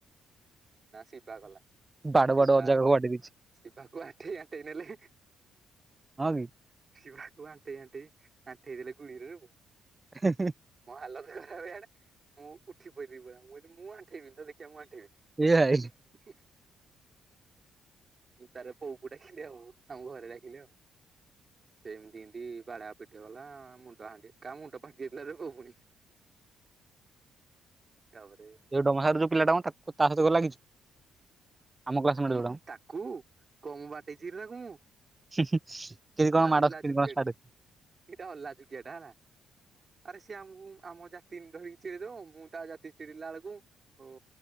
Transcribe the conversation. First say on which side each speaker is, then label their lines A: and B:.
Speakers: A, on the right; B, on the right.
A: ନା ଶିବା କଲା
B: ବାଡ
A: ଶିବା।
B: ବାଡ ଅଜାକୁ ବାଡେଇ ଦେଇଛି
A: ଶିବାକୁ ଆଣ୍ଠେଇ ଆଣ୍ଠେଇ ନେଲେ।
B: ହଁ କି।
A: ଶିବାକୁ ଆଣ୍ଠେଇ ଆଣ୍ଠେଇ ଆଣ୍ଠେଇ ଦେଲେ ଗୁଳିରେ ଆଉ।
B: ହୁଁ ହୁଁ।
A: ମୋ ହାଲତ ଖରାପ୍ ଏଇଆଡେ ମୁଁ ଉଠି ପଇଲି ପୁରା ମୁଁ କହିଲି ମୁଁ ଆଣ୍ଠେଇବିନି ତ ଦେଖିବା ମୁଁ ଆଣ୍ଠେଇବିନି।।
B: ଏ ଭାଇ
A: <unintelligible> ଏ ତାର ବୋଉକୁ ଡାକିଲେ ଆଉ ଆମ ଘରେ ଡାକିଲେ ଆଉ। ସେମିତି ଏମିତି ବାଡାପିଟା କଲାମୁଣ୍ଡ ହାଣ୍ଡି କାହା ମୁଣ୍ଡ ଫାଟି ଯାଇଥିଲାରେ ପୁଅ ପୁଣି। ତାପରେ
B: ଯୋଉ ଡମ ସାହିରୁ ଯୋଉ ପିଲା ଟା ମ ତାକୁ ତା ସହିତ କଣ ଲାଗିଛୁ। ଆମ କ୍ଲାସମେଟ
A: ମା
B: ଯୋଉଟା ମ
A: ତାକୁ କମ୍ ବାଡେଇଛିକି ରେ ତାକୁ ମୁଁ।
B: ହୁଁ ହୁଁ କେମିତି
A: ଏଇଟା
B: କଣ ମାଡ
A: ଅଲାଜୁକିଆ
B: ଖାଇନି କଣ ସାରେ।
A: ଟା ଏଇଟା ଅଲାଜୁ କିଆଟା ହେଲା। ଆରେ ସିଏ ଆମକୁ ଆମ ଜାତି ନି ଧରିକି ଚିଡେଇଦବ ମୁଁ ତା ଜାତି ଚିଡ଼େଇଲା ବେଳକୁ ଓ